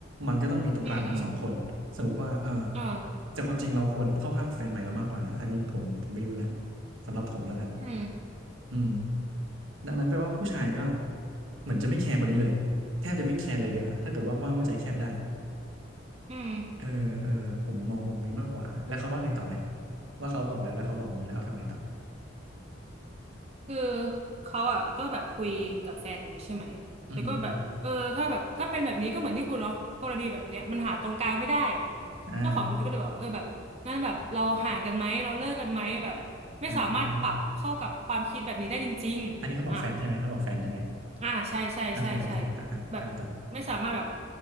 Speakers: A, on the right; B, on the right.
A: มันก็ต้องมีตรงกลางทั้งสองคนสมมติว่าเออ
B: อืมอืมอ่า
A: แต่ความจริงเราควรเข้าข้างแฟนใหม่เรามากกว่านะอันนี้ผมผมไม่รู้นะสำหรับผมแล้วกัน
B: อืม
A: อืมดังนั้นแปลว่าผู้ชายก็เหมือนจะไม่แคร์คนนี้เลยแทบจะไม่แคร์เลยเดียวาถ้าเกิดว่าว่าว่าใจแคบได้
B: อืม
A: เออเออผมมองมุมนี้มากกว่าแล้วเขาว่าไงต่อไหมว่าเขาบอกแล้วแล้วเขาบอกนี้แล้วเขาทำไงต่อ
B: คือเขาอ่ะก็แบบคุยกับแฟนอย่างงี้ใช่ไหมแต่ก็แบบเออถ้าแบบถ้าเป็นแบบนี้ก็เหมือนที่คุณเนาะกรณีแบบเนี้ยมันหาตรงกลางไม่ได้
A: อืมอืมอ่า
B: เจ้าของทวิตก็เลยบอกว่าเออแบบงั้นแบบเราห่างกันไหมเราเลิกกันไหมแบบไม่สามารถปรับเข้ากับความคิดแบบนี้ได้จริงๆอ่ะ
A: อ่าอ่าอันนี้เขาบอกแฟนใช่ไหมเขาบอกแฟนใช่ไหม
B: อ่าใช่ใช่ใช่ใช่
A: โอเคโอเคอ่าอ่าแล้วไงต่อ
B: แบบไม่สามารถแบบ